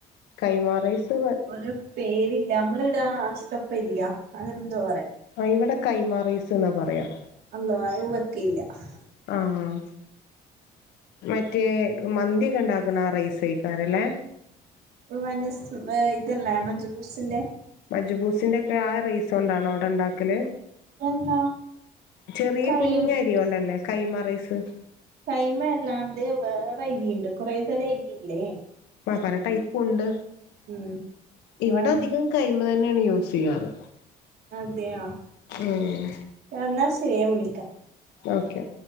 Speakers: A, on the left; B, on the right.
A: കൈമാറൈസ്
B: ഒരൂ പേരില്ല നമ്മള് ഇട ആഷ്റഫരിയാ അങ്ങനെ എന്തോ പറയും
A: ആ ഇവിടെ കൈമാറൈസ് എന്നാ പറയാ
B: അല്ലാ അയ വെക്കില്ല <unintelligible>
A: ആഹ് മറ്റേ മന്തിയൊക്കെ ഇണ്ടാക്ക്ണ ആ റൈസെയ്ക്കാരല്ലേ.
B: വനസ്സ് ഇതല്ലേ മജു ബൂസിന്റെ
A: മജ്ബൂസിന്റെക്കെ ആ റൈസോണ്ടാണോ അവിടെ ഇണ്ടാക്കല്.
B: അല്ല
A: ചെറിയ
B: കൈയും
A: കുഞ്ഞ അരിയൊണ്ടല്ലേ കൈമാറൈസ്
B: കൈമ അല്ലാണ്ട് വേറെ ഇരിയുണ്ട് കുറെേ തരം ഇരിയില്ലേ
A: പല ടൈപ്പുണ്ട്
B: ഉം
A: ഇവിടെ
B: ആ
A: അധികം കൈ തന്നെയാണ് യൂസ് ചെയ്യാറ്.
B: അതെയാ
A: ഉം
B: എന്നാ ശെരി ഞാൻ വിളിക്ക
A: ഓക്കെ